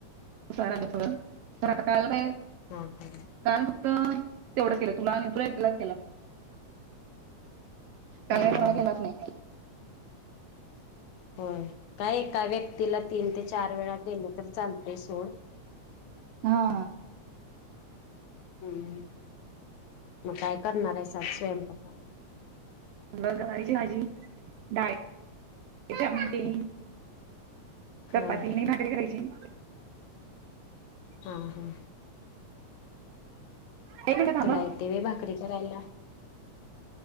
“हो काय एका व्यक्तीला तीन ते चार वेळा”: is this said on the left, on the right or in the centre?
Left